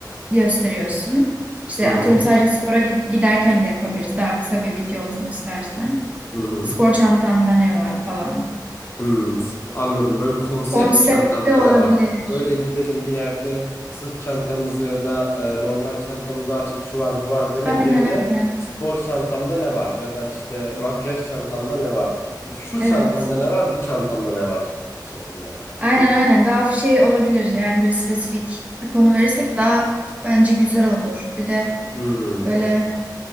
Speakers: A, on the right (about 20°); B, on the left (about 30°).
A: gösteriyorsun. İşte
B: Hı hı.
A: atıyorum sadece spora gid- giderken de yapabiliriz. Daha kısa bir video olsun istersen.
B: Hı hı.
A: Spor çantamda ne var falan.
B: Hmm, sp- anladım. Böyle konsept
A: Konseptli
B: çantamda
A: olabilir.
B: ne var? Böyle gidelim bir yerde sırt çantamızı ya da e, normal çantamızı açıp şu var bu var demek
A: Aynen
B: yerine
A: aynen.
B: spor çantamda ne var? Ya da işte makyaj çantamda ne var? Şu
A: Evet.
B: çantamda ne var? Bu çantamda ne var? şeklinde.
A: Aynen aynen. Daha şey olabilir yani böyle spesifik bir konu verirsek daha bence güzel olur. Bir de
B: Hmm.
A: Böyle